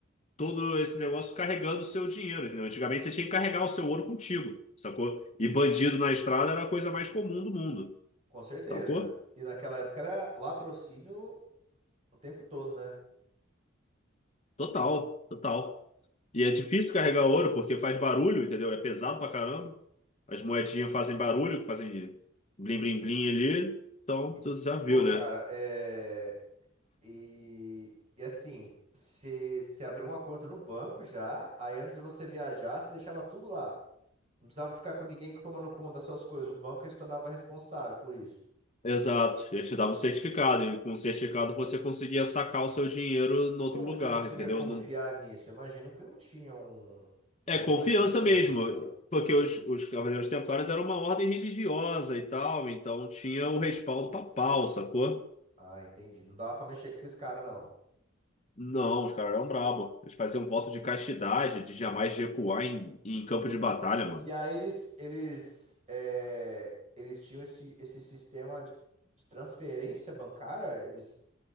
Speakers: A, on the left; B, on the right.
A: todo esse negócio carregando o seu dinheiro, entendeu? Antigamente você tinha que carregar o seu ouro contigo, sacou? E bandido na estrada era a coisa mais comum do mundo,
B: Com certeza.
A: sacou?
B: E naquela época era latrocínio o tempo todo, né?
A: Total, total. E é difícil carregar ouro porque faz barulho, entendeu? É pesado pra caramba. As moedinhas fazem barulho, fazem blim
B: Sim.
A: blim blim ali. Então,
B: E,
A: tu já viu,
B: pô, cara,
A: né?
B: é. E, e assim, se, se abriu uma conta no banco já, aí antes de você viajar, você deixava tudo lá. Não precisava ficar com ninguém tomando conta das suas coisas. O banco se tornava responsável por isso.
A: Exato. Ele te dava um certificado. E com o certificado você conseguia sacar o seu dinheiro em
B: E
A: outro
B: como
A: lugar,
B: que você conseguia
A: entendeu?
B: confiar
A: Não...
B: nisso? Eu imagino que não tinha um, né,
A: É confiança
B: nenhuma agência
A: mesmo.
B: regulando.
A: Porque os, os Cavaleiros Templários eram uma ordem religiosa e tal. Então tinha o respaldo papal, sacou?
B: Ah, entendi. Não dava pra mexer com esses caras, não.
A: Não, os caras eram brabo. Eles faziam voto de castidade, de jamais recuar em, em campo de batalha, mano.
B: E aí eles, eles, é, eles tinham esse, esse sistema de, de transferência bancária, eles.